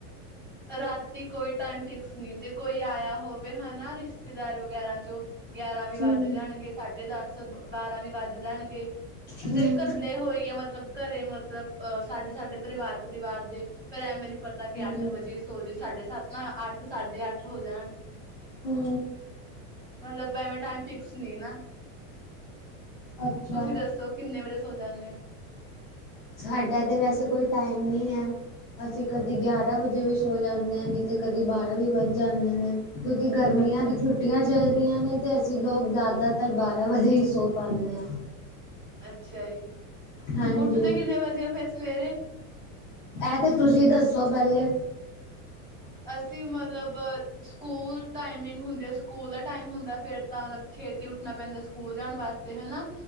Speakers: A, on the right; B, on the left.
A: ਰਾਤੀ ਕੋਈ ਟਾਈਮ ਫਿਕਸ ਨੀ ਜੇ ਕੋਈ ਆਇਆ ਹੋਵੇ ਹਨਾ ਰਿਸ਼ਤੇਦਾਰ ਵਗੈਰਾ ਚੋਂ ਗਿਆਰਾਂ ਵੀ ਵੱਜ
B: ਹਮ
A: ਜਾਣਗੇ ਸਾਢੇ ਦਸ ਬਾਰਾਂ ਵੀ ਵੱਜ ਜਾਣਗੇ।
B: ਹਮ
A: ਜੇ ਕੱਲੇ ਹੋਇਏ ਮਤਲਬ ਘਰੇ ਮਤਲਬ ਅ ਸਾਡੇ ਸਾਡੇ ਪਰਿਵਾਰ ਪਰਿਵਾਰ ਦੇ ਪਰ ਐਂਵੇ ਨੀ ਪਤਾ ਕਿ
B: ਹਮ
A: ਅੱਠ ਜੇ ਸੋ ਜੀਏ ਸਾਢੇ ਸੱਤ ਨਾ ਅੱਠ ਸਾਢੇ ਅੱਠ ਨਾ ਹੋ ਜਾਣ
B: ਹੁੰ
A: ਮਲਬ, ਐਂਵੇ ਟਾਈਮ ਫਿਕਸ ਨਈ ਨਾ
B: ਅੱਛਾ
A: ਤੁਸੀਂ ਦੱਸੋ? ਕਿੰਨੇ ਵਜੇ ਸੌ ਜਾਨੇ ਓ?
B: ਸਾਡਾ ਤੇ ਵੈਸੇ ਕੋਈ ਟਾਈਮ ਨਈ ਐ। ਅਸੀਂ ਕਦੀ ਗਿਆਰਾਂ ਵਜੇ ਵੀ ਸੌਂ ਜਾਂਦੇ ਆਂ ਨਈ ਤੇ ਕਦੀ ਬਾਰਾਂ ਵੀ ਵੱਜ ਜਾਂਦੇ ਨੇ। ਕਿਉਂਕਿ ਗਰਮੀਆਂ
A: ਅੱਛਾ
B: ਦੀ
A: ਜੀ
B: ਛੁੱਟੀਆਂ ਚ ਚੱਲ ਰੀਂਆਂ ਨੇ ਅਸੀਂ ਲੋਗ ਜ਼ਿਆਦਾਤਰ ਬਾਰਾਂ ਵਜੇ ਈ ਸੌਂ ਪਾਨੇ ਆਂ।
A: ਅੱਛਾ ਜੀ,
B: ਹਾਂਜੀ
A: ਉੱਠਦੇ ਕਿੰਨੇ ਵਜੇ ਓ? ਫੇਰ ਸਵੇਰੇ?
B: ਐ ਤੇ ਤੁਸੀਂ ਦੱਸੋ? ਪੈਲੇ।
A: ਅਸੀਂ, ਮੱਲਬ ਸਕੂਲ ਟਾਈਮਿੰਗ ਹੁੰਦੀ ਆ ਸਕੂਲ ਦਾ ਟਾਈਮ ਹੁੰਦਾ ਫੇਰ ਤਾਂ ਛੇਤੀ ਉੱਠਣਾ ਪੈਂਦੈ। ਸਕੂਲ ਜਾਣ ਵਾਸਤੇ ਹਨਾ